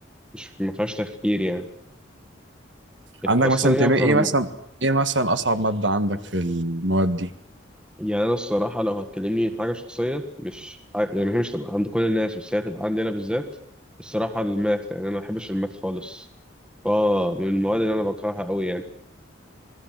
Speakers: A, in the centre; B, on the right.
A: مش ما فيهاش تفكير يعني أنت
B: عندك
A: أصلا
B: مثلا
A: إيه
B: تمام
A: أكتر
B: ايه مثلا ايه مثلا اصعب ماده عندك في المواد دي
A: يعني انا الصراحه لو هتكلمني في حاجه شخصيه مش ع- يعني هي مش تبقى عند كل الناس بس هي تبقى عندي انا بالذات الصراحه الماث يعني انا ما بحبش الماث خالص اه من المواد اللي انا بكرهها قوي يعني